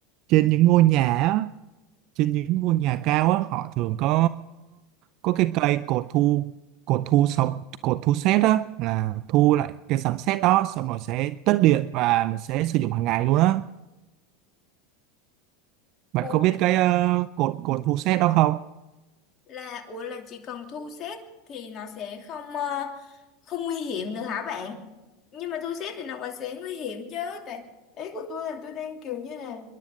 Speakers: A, on the right (about 55°); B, on the left (about 40°).
A: trên những ngôi nhà á, trên những ngôi nhà cao á họ thường có có cái cây cột thu cột thu sóng cột thu sét á là thu lại cái sấm sét đó xong rồi sẽ tất điện và mình sẽ sử dụng hàng ngày luôn á bạn
B: Ủa?
A: có biết cái ờ, cột cột thu sét đó không
B: là ủa là chỉ cần thu xếp thì nó sẽ không ờ, không nguy hiểm nữa hả bạn nhưng mà thu xếp thì nó vẫn sẽ nguy hiểm chứ tại ý của tôi là tôi đang kiểu như là